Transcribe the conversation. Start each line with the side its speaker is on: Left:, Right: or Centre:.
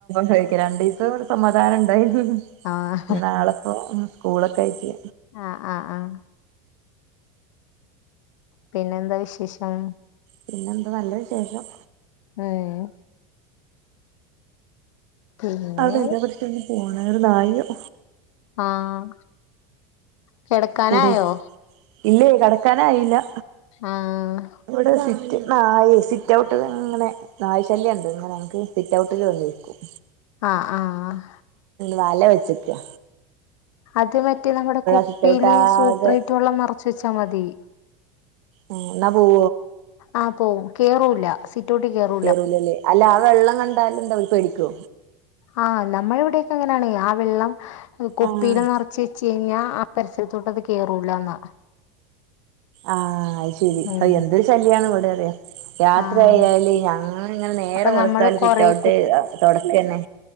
Right: കഴിക്കല രണ്ടീസം ഒരു സമാധാനം ഇണ്ടായി ഇനി
Left: ആഹ്
Right: നാളിപ്പോ സ്കൂളൊക്കായിറ്റ്
Left: ആഹ് ആഹ് ആഹ് പിന്നെന്താ വിശേഷം
Right: പിന്നെന്ത് നല്ല വിശേഷം
Left: ഉം പിന്നെ
Right: അവിടെ എല്ലാ പട്ടിക്കും ഒന്ന് പോണെ ഒരു നായും
Left: ആഹ് കിടക്കാനായോ
Right: കൂടെ ഇല്ലേ കടക്കാനായില്ല
Left: ആഹ്
Right: ഇവിടെ സിറ്റ് നായെ സിറ്റ് ഔട്ട് ഇങ്ങനെ നായ ശല്യണ്ട് ഇങ്ങനെ മക്ക് സിറ്റൗട്ടിൽ വന്നിരിക്കും
Left: ആഹ് ആഹ്
Right: വല വെച്ചേക്ക
Left: അത് മറ്റേ നമ്മുടെ കുപ്പിയില്
Right: സിറ്റ് ഔട്ട് ആകെ
Left: സൂപ്പ്രേറ്റ് വെള്ളം നെറച്ച് വെച്ചാ മതി
Right: ഉം എന്ന പോവോ
Left: ആഹ് പോവും കേറൂല സിറ്റൗട്ടി കേറു
Right: കേറൂല്ലല്ലേ അല്ല ആ വെള്ളം കണ്ടാലെന്താ അവര് പേടിക്കോ
Left: ആഹ് നമ്മളിവിടൊക്കെ അങ്ങനാണെ ആ വെള്ളം കുപ്പിയില്
Right: ആഹ്
Left: നറച്ച് ച്ചഴിഞ്ഞ ആ പരിസരത്തോട്ട് അത് കേയറൂലാന്നാ
Right: ആഹ് അയ്ശെരി
Left: ഉം
Right: അ എന്തൊരു ശല്യാണ് ഇവിടറിയോ രാത്രിയായാല്
Left: ആഹ്
Right: ഞങ്ങളിങ്ങനെ നേരം
Left: അപ്പൊ
Right: വെള്ത്താല്
Left: നമ്മള് കൊറെ
Right: സിറ്റൗട്ട് തുടക്കന്നെ